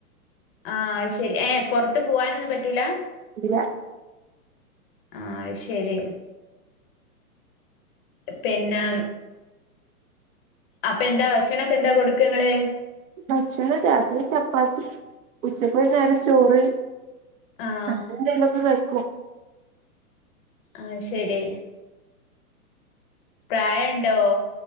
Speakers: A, on the left (about 35°); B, on the right (about 60°).
A: ആഹ് ശരി ഏഹ് പൊറത്ത് പോവാനൊന്നും പറ്റൂല
B: ഇല്ല
A: ആഹ് ശരി പിന്നെ അപ്പ എന്താ ഭക്ഷണൊക്കെ എന്താ കൊടുക്കാ ഇങ്ങള്
B: ഭക്ഷണം രാത്രി ചപ്പാത്തി ഉച്ചക്ക് ഒരു നേരം ചോറ്
A: ആഹ്
B: അങ്ങനെ എന്തേലൊക്കെ കഴിക്കും
A: ആഹ് ശരി പ്രായണ്ടോ